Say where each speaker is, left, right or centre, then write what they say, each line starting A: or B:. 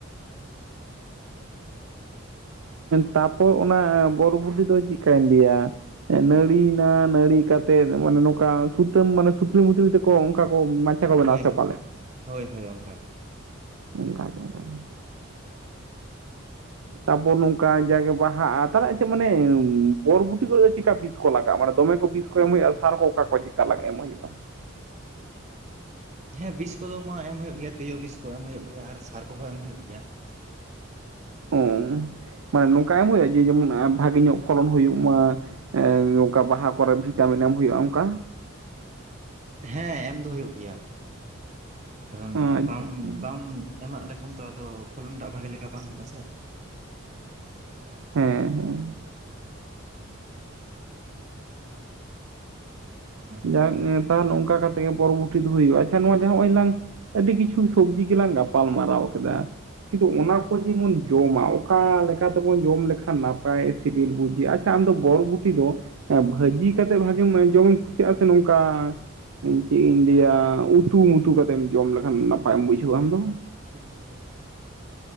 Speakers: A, on the right; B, on the right.
A: ᱛᱟᱯᱚᱨ ᱚᱱᱟ ᱵᱚᱨᱚ ᱵᱩᱰᱤ ᱫᱚ ᱪᱮᱫᱠᱟᱧ ᱞᱟᱹᱭᱟ? ᱟ. ᱱᱟ. ᱲᱤᱭᱮᱱᱟ ᱱᱟᱹᱲᱤ ᱠᱟᱛᱮ ᱢᱟᱱᱮ ᱱᱚᱝᱠᱟ ᱥᱩᱛᱟᱹᱢ ᱢᱟᱱᱮ ᱥᱩᱛᱞᱤ ᱢᱩᱛᱞᱤ ᱛᱮᱠᱚ ᱚᱝᱠᱟ ᱠᱚ ᱠᱚ
B: ᱦᱳᱭ
A: ᱵᱮᱱᱟᱣᱟ ᱥᱮ ᱚᱠᱟᱞᱮᱠᱟ
B: ᱦᱳᱭ ᱦᱳᱭ ᱦᱳᱭ ᱚᱱᱠᱟ ᱜᱮ᱾
A: ᱚᱱᱠᱟ ᱜᱮ ᱚᱱᱠᱟᱜᱮ᱾ ᱛᱟᱯᱚᱨ ᱱᱚᱝᱠᱟ ᱡᱟᱜᱮ ᱵᱟᱦᱟᱜᱼᱟ ᱛᱟᱦᱮ ᱪᱮᱫ ᱢᱟᱱᱮ ᱵᱚᱨᱵᱩᱴᱤ ᱠᱚᱨᱮ ᱫᱚ ᱪᱮᱠᱟ ᱵᱤᱥ ᱠᱚ ᱞᱟᱜᱟᱜᱼᱟ ᱢᱟᱱᱮ ᱫᱚᱢᱮ ᱠᱚ ᱵᱤᱥ? ᱮᱢ ᱦᱩᱭᱩᱜᱼᱟ ᱥᱟᱨ ᱠᱚ ᱚᱠᱟ ᱠᱚ ᱪᱮᱠᱟ ᱮᱢ ᱦᱩᱭᱩᱜᱼᱟ?
B: ᱦᱮᱸ ᱵᱤᱥ ᱠᱚᱫᱚ ᱢᱟ ᱮᱢ ᱦᱩᱭᱩᱜ ᱜᱮᱭᱟ ᱛᱤᱭᱩ ᱵᱤᱥ ᱠᱚ ᱮᱢ ᱦᱩᱭᱩᱜ ᱜᱮᱭᱟ ᱟᱨ ᱥᱟᱨ ᱠᱚᱦᱚᱸ ᱮᱢ ᱦᱩᱭᱩᱜ ᱜᱮᱭᱟ᱾ <inaudible>
A: ᱚ ᱢᱟᱱᱮ ᱱᱚᱝᱠᱟ ᱮᱢ ᱦᱩᱭᱩᱜᱼᱟ ᱡᱮ ᱡᱮᱢᱚᱱ ᱵᱷᱟᱜᱮ ᱧᱚᱜ ᱯᱷᱚᱞᱚᱱ ᱦᱩᱭᱩᱜ ᱢᱟ? ᱮ ᱚᱱᱠᱟ ᱵᱟᱦᱟ ᱠᱚᱨᱮ ᱵᱷᱤᱴᱟᱢᱤᱱ ᱮᱢ ᱦᱩᱭᱩᱜᱼᱟ ᱚᱱᱠᱟ?
B: ᱦᱮᱸ ᱮᱢ ᱫᱚ ᱦᱩᱭᱩᱜ ᱜᱮᱭᱟ ᱠᱟᱨᱚᱱ
A: ᱟᱪᱪᱷᱟ
B: ᱵᱟᱢ
A: ᱟᱪᱪᱷᱟ
B: ᱵᱟᱢ ᱮᱢᱟᱜ ᱞᱮᱠᱷᱟᱱ ᱛᱚ ᱟᱫᱚ ᱯᱷᱚᱞᱚᱱᱴᱟᱜ ᱵᱷᱟᱜᱮ ᱞᱮᱠᱟ ᱵᱟᱝ ᱦᱩᱭᱩᱜᱼᱟ ᱥᱮ᱾
A: ᱦᱮᱸ ᱦᱮᱸ᱾
B: ᱚᱱᱟ ᱠᱷᱟᱹᱛᱤᱨ
A: ᱡᱟᱠ
B: ᱛᱮᱜᱮ ᱟᱨᱠᱤ᱾
A: ᱛᱟᱦᱚᱞᱮ ᱚᱱᱠᱟ ᱠᱟᱛᱮᱜ ᱜᱮ ᱯᱚᱨᱚᱵᱚᱨᱛᱤ ᱫᱚ ᱦᱩᱭᱩᱜᱼᱟ ᱟᱪᱪᱷᱟ ᱱᱚᱣᱟ ᱱᱚᱭᱞᱟᱝ ᱟᱹᱰᱤ ᱠᱤᱪᱷᱩ ᱥᱚᱵᱡᱤ ᱜᱮᱞᱟᱝ ᱜᱟᱯᱟᱞ ᱢᱟᱨᱟᱣ ᱠᱮᱫᱟ ᱠᱤᱱᱛᱩ
B: ᱦᱮᱸ
A: ᱚᱱᱟ ᱠᱚ ᱡᱮᱢᱚᱱ ᱡᱚᱢᱟ ᱚᱠᱟ ᱞᱮᱠᱟ ᱛᱮᱵᱚᱱ ᱡᱚᱢ ᱞᱮᱠᱷᱟᱱ ᱱᱟᱯᱟᱭ ᱥᱤᱵᱤᱞ ᱵᱩᱡᱷᱟᱹᱜ ᱟᱪᱪᱷᱟ ᱟᱢᱫᱚ ᱜᱚᱨᱵᱩᱴᱤ ᱫᱚ ᱮᱸ ᱵᱷᱟᱹᱡᱤ ᱠᱟᱛᱮᱫ ᱵᱷᱟᱜᱮᱢᱟᱜ ᱡᱚᱢᱮᱢ ᱠᱩᱥᱤᱼᱟ ᱥᱮ ᱱᱚᱝᱠᱟ ᱪᱮᱫ ᱤᱧ ᱞᱟᱹᱭᱟ ᱩᱛᱩᱢᱩᱛᱩ ᱠᱟᱛᱮᱢ ᱡᱚᱢ ᱞᱮᱠᱷᱟᱱ ᱱᱟᱯᱟᱭᱮᱢ ᱵᱩᱡᱷᱟᱹᱣᱟ ᱟᱢᱫᱚ?
B: <unintelligible>